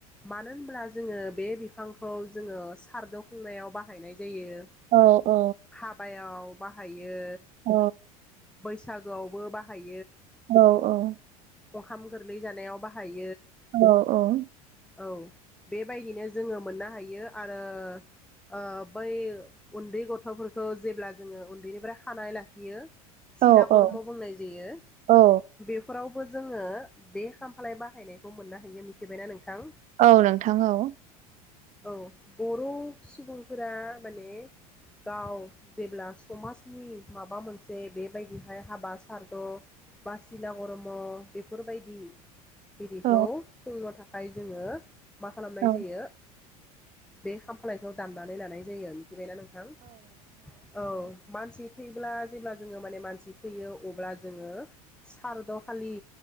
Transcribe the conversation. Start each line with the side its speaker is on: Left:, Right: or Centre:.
Centre: मानो होनब्ला जोङो बे बिफांखौ जोङो सारद' खुंनायाव बाहायनायज जायो
Right: औ औ
Centre: हाबायाव बाहायो
Right: औ
Centre: बैसागोआवबो बाहाय
Right: औ औ
Centre: अंखाम गोरलै जानायाव बाहाय
Right: औ औ
Centre: औ बेबायदिनो जोङो मोननो हायो आरो ओ बै उन्दै गथ'फोरखौ जेब्ला जोङो उन्दैनिफ्राय खानाय ला बियो
Right: औ
Centre: सिला करम' बुंनाय जायो
Right: औ
Centre: बेफोराव बो जोङो बे खामफ्लाय बाहायनायखो मोननो हायो मिथिबायना नोंथां
Right: औ नोंथां औ
Centre: औ बर' सुबुंफोरा माने गाव जेब्ला समाजनि माब बा मोनसे बेबायदिहाय हाबा सारद' बासिला करम' बेफोरबायदि बिदिखौ
Right: औ
Centre: खुंन' थाखाय जोङो मा खालामनाय
Right: औ
Centre: जायो?
Right: औ
Centre: बे खामफालायखौ दाननानै लानाय जायो मिथिबायना नोंथां औ। मानसि थै ब्ला जेब्ला जोङो माने मानसि थैयो अब्ला जोङो सारद' खालि